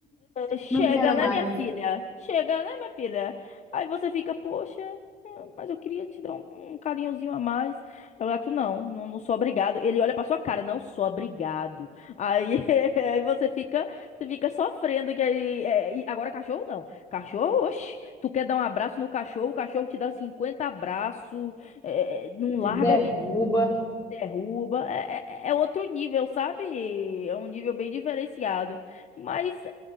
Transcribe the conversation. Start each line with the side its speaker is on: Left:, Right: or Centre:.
Left: Chega,
Centre: Não quero mais.
Left: né, minha filha? Chega, né, minha filha? Aí você fica, poxa, hum, mas eu queria te dar um, um carinhozinho a mais. Aí O gato, não, não, não sou obrigado. Ele olha pra sua cara, não sou obrigado. Aí, <laughs> aí você fica, você fica sofrendo. Que aí, é, e agora cachorro não. Cachorro, oxe, tu quer dar um abraço no cachorro, o cachorro te dá 50 abraços, é, é, não
Centre: Te
Left: larga
Centre: derruba.
Left: de, derruba. É, é- é outro nível, sabe? É um nível bem diferenciado. Mas